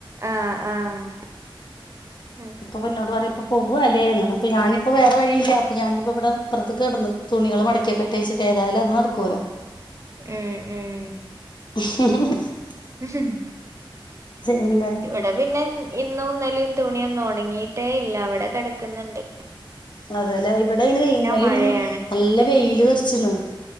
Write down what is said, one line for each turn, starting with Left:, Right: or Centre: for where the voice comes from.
Right: ആഹ് ആഹ് ഉം
Left: ഇപ്പപ്പൊ ഇന്നോട് പറയ ഇപ്പ പൂവായി <unintelligible> അപ്പ ഞാനിപ്പോ വേറെ വഴിയില്ല അപ്പൊ ഞാനിപ്പോ ഇവിടെ ഇപ്പറത്ത്ക്ക് കെടന്നു തുണികൾ മടക്കിവെ ക്കട്ടേച്ചിട്ട് ഏതായാലും അത് നടക്കുവൊല്ലോ
Right: ഉം ഉം
Left: <inaudible>
Right: ഉം
Left: ചെയ്യ്ന്നെ
Right: ഇവടെ പിന്നെ ഇന്നും ഇന്നലിം തുണിയൊന്നും ഉണങ്ങിട്ടേ ഇല്ല അവിടെ കിടക്കുന്നുണ്ട്
Left: അതല ഇവിടെ അയിന് ഇന്നലി
Right: മഴയാണ്
Left: ഇന്നും നല്ല വെയില് തെറിച്ചിണ്